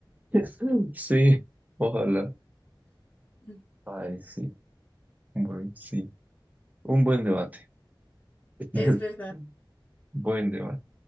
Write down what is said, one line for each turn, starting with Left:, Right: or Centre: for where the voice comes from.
Right: <laughs> Sí, ojalá.
Left: <laughs>
Right: Ay, sí. Bueno, sí. Un buen debate. <laughs>
Left: Es verdad.
Right: Buen debate.